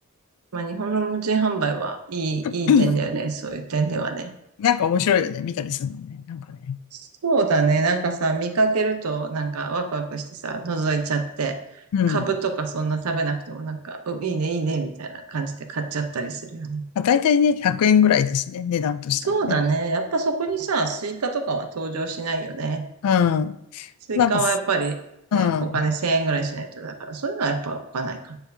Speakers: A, on the right; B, on the left.
A: まあ、日本の無人販売はいい、
B: うん
A: いい点だよね。そういう点ではね。
B: なんか面白いよね、見たりするのね。なんかね。
A: そうだね。なんかさ、見かけると、なんかワクワクしてさ、覗いちゃって、
B: うん。
A: 株とかそんな食べなくても、なんか、ういいね、いいね、みたいな感じで買っちゃったりするよね。
B: まあ、大体ね、100円ぐらいだしね、値段としたらね。
A: そうだね。やっぱそこにさ、スイカとかは登場しないよね。
B: うん。
A: スイカはやっぱりね、
B: なんかす、うん。
A: お金1000円ぐらいしないと、だからそういうのはやっぱ置かないか